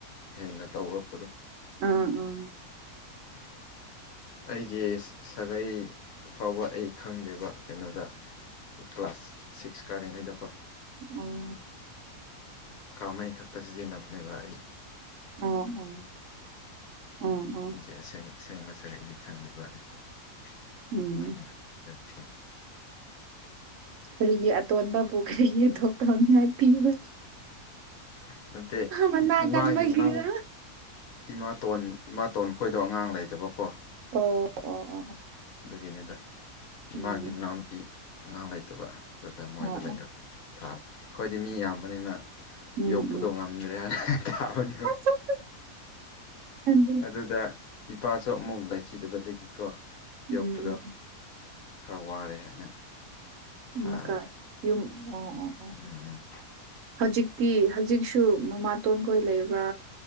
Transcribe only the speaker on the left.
ꯍꯦꯟꯅ ꯇꯧꯔꯛꯄꯗꯣ
<unintelligible> ꯑꯩꯒꯤ ꯁꯥꯒꯩ ꯐꯥꯎꯕ ꯑꯩ ꯈꯪꯗꯦꯕ ꯀꯩꯅꯣꯗ ꯑꯩ ꯀ꯭ꯂꯥꯁ ꯁꯤꯛꯁ ꯀꯥꯔꯤꯉꯩꯗꯀꯣ
ꯀꯥꯃꯩ ꯈꯛꯇ ꯁꯤꯖꯤꯟꯅꯕꯅꯦꯕ ꯑꯩ
ꯑꯩ ꯑꯁꯦꯡ ꯑꯁꯦꯡꯕ ꯁꯒꯩ ꯑꯩꯗꯤ ꯈꯪꯗꯦꯕ ꯑꯗꯨꯃꯥꯏꯅꯔꯛꯄ
ꯅꯠꯇꯦ
ꯏꯃꯥꯒꯤ
ꯃꯅꯥ ꯏꯃꯥꯇꯣꯟ ꯏꯃꯥꯇꯣꯟ ꯈꯣꯏꯗꯣ ꯑꯉꯥꯡ ꯂꯩꯗꯕꯀꯣ
ꯑꯗꯨꯒꯤꯅꯤꯗ
ꯏꯃꯥꯒꯤ ꯃꯅꯥꯎꯅꯨꯄꯤ ꯑꯉꯥꯡ ꯂꯩꯇꯕ ꯑꯗꯨꯗ ꯃꯣꯏꯗ
ꯂꯩꯈꯛꯅꯤ
ꯊꯥꯕ ꯑꯩꯣꯏꯗꯤ ꯃꯤ ꯌꯥꯝꯕꯅꯤꯅ
ꯌꯣꯛꯄꯗꯣ
ꯉꯝꯗ꯭ꯔꯦ ꯍꯥꯏꯅ ꯊꯥꯕꯅꯤ
ꯑꯗꯨꯗ ꯏꯄꯥꯁꯨ ꯑꯃꯨꯛ ꯂꯩꯈꯤꯗꯕꯗꯒꯤꯀꯣ
ꯌꯣꯛꯄꯗꯣ
ꯈꯔ ꯋꯥꯔꯦ ꯍꯥꯏꯅ ꯊꯥꯕ
ꯎꯝ